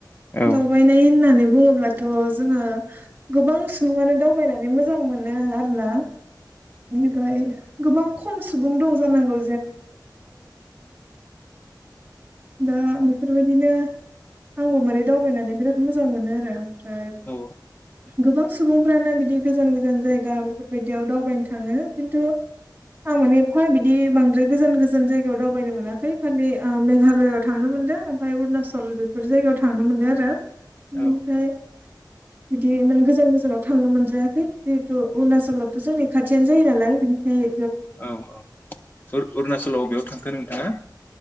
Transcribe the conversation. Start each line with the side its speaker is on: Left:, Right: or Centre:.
Left: औ
Right: दावबायनाय होननानै बुङोब्लाथ' जोङो गोबां सुबुङानो दावबायनानै मोजां मोनो आरो ना। बेनिफ्राय गोबां खम सुबुं दं जानांगौ। दा बेफोरबायदिनो आंबो माने दावबायनानै बिराद मोजां मोनो आरो ओमफ्राय
Left: औ
Right: गोबां सुबुंफ्रानो बिदि गोजान गोजान जायगा बैदियाव दावबायनो थाङो खिन्थु आं माने एफा बिदि बांद्राय गोजान गो गोजान जायगायाव दावबायनो मोनाखै खालि मेघालयाव थांनो मोनदों ओमफ्राय अरुणनाचल बेफोर जायगायाव थांनो मोनदों। मोन आरो
Left: औ
Right: बेनिफ्राय बिदि इमान गोजान गोजानाव थांनो मोनद्रायाखै जिहेतु अरुणाचलाथ' जोंनि खाथियानो जायो नालाय बिनिखाय।
Left: औ औ अरुणचलाव अबेयाव थांखो नोंथाङा।